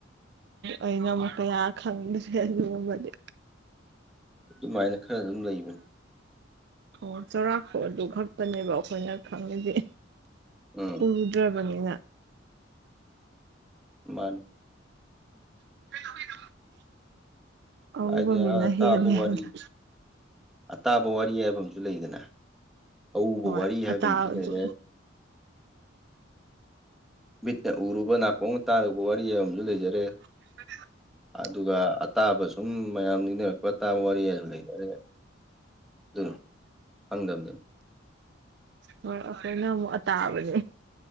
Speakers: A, on the right; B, in the centre.
A: ꯑꯩꯅ ꯑꯃꯨꯛ ꯀꯌꯥ ꯈꯪꯗ꯭ꯔꯦ ꯂꯨꯃꯗꯤ
B: ꯑꯗꯨꯃꯥꯏꯅ ꯈꯔ ꯑꯗꯨꯝ ꯂꯩꯕꯅꯤ
A: ꯑꯣ ꯆꯥꯎꯔꯥꯛꯄ ꯑꯗꯨ ꯈꯛꯇꯅꯦꯕ ꯑꯩꯈꯣꯏꯅ ꯈꯪꯉꯤꯁꯦ
B: ꯎꯝ
A: ꯀꯗ꯭ꯔꯥꯕꯅꯤꯅ
B: ꯃꯥꯅꯤ
A: <unintelligible> ꯑꯎꯕ
B: ꯍꯥꯏꯗꯤ
A: ꯃꯤꯅ
B: ꯇꯄ
A: ꯍꯦꯜꯂꯦ
B: ꯄꯨꯋꯥꯔꯤ
A: ꯍꯥꯏꯗ
B: ꯇꯥꯕ ꯋꯥꯔꯤ ꯌꯥꯕꯨ ꯂꯩꯗꯅ ꯑꯎꯕ
A: ꯍꯣꯏ
B: ꯋꯥꯔꯤ ꯍꯥꯏꯕ
A: ꯑꯇꯥꯕꯗꯨ
B: ꯑ ꯑꯃꯁꯨ ꯂꯩꯔꯦ ꯕꯤꯠꯅ ꯎꯔꯨꯕ ꯅꯥꯀꯣꯡ ꯇꯥꯔꯨꯕ ꯋꯥꯔꯤ ꯑꯨ ꯂꯩꯖꯔꯦ
A: <unintelligible>
B: ꯑꯗꯨꯒ ꯑꯇꯥꯕ ꯁꯨꯝ ꯃꯌꯥꯝ ꯅꯤꯡꯅꯔꯛꯄ ꯑꯇꯥꯕ ꯋꯥꯔꯤꯁꯨ ꯂꯩꯅꯔꯦ ꯑꯗꯨꯣ ꯊꯪꯗꯝꯝꯗ
A: ꯍꯣꯏ ꯑꯩꯈꯣꯏꯅ ꯑꯃꯨꯛ ꯑꯇꯥꯕꯅꯦ